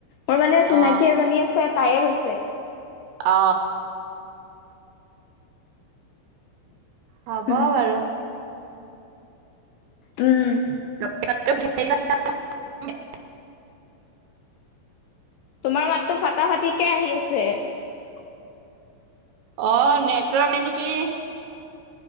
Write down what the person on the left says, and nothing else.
মোৰ মানে চিনাকি
এজনী আছে তাইয়ে বেচে
উম
উম
তোমাৰ মাততো ফটা ফাটিকে আহি আছেট।